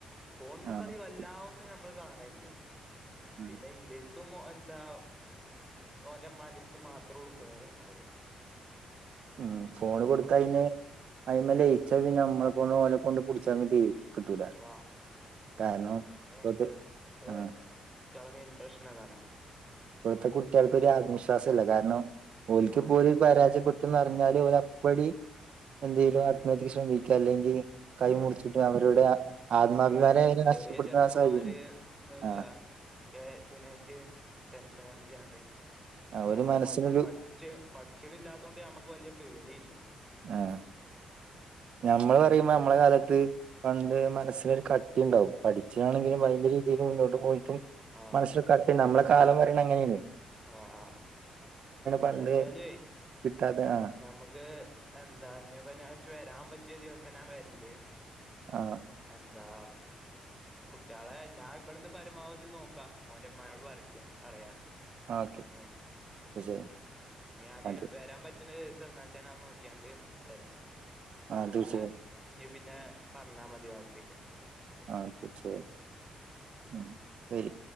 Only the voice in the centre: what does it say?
ഫോണ് മ്മക്കളി
വല്ലാഒന്നും കമ്മള് കാണലില്യ
പിന്നെ ഇന്റേത് <unintelligible> എന്താ ഓന്റെ അമ്മാന്റെത്ത് മാത്രള്ളു ഫോൺ ഉണ്ടാവ
ഏ
വാ
അതന്നെ
മറ്റേ
കുട്ട്യാളെ മെയിൻ പ്രശ്നം അതാണ്
ആ
ഉം
ഉം
ഉം ഉം
ഇപ്പൊ
ചെറിയ
ചെറ്ക്കന്മാര്
ഒന്നല്ല
ഒക്കെ ഇതിനായിട്ട് ടെൻഷനചാണ്ട്
ഞമ്മക്ക്
വല്യ പഠിച് പഠിച്ചിട്ടില്ലാട്ടോണ്ട് ഞമ്മക്ക് വല്യ പേടിയില്ല
ഉം
ആ
ആഹ് ആഹ്
ഏതാച്ചാല്
ഞമുക്ക് എന്താ ഞ് പഞാ വരാൻ പറ്റ ഒറ്റേ ദിവസം ഞാൻ വരണ്ട്
എന്താ
കുട്ട്യോളെ ഞാൻ ഇവിടെന്ന് പരമാവധി നോക്കാ ഓന്റെമ്മാനോട് പറച്ച് പറയാ
ഏഹ്
ഞാന്
വരാൻ പറ്റണ ദിവസ് എന്നാച്ച ഞാൻ നോക്കിയാണ്ട് വരാ
അന്ന്
<unintelligible> പിന്നെ പറഞ്ഞാ മതി ബാക്കിയക്കെ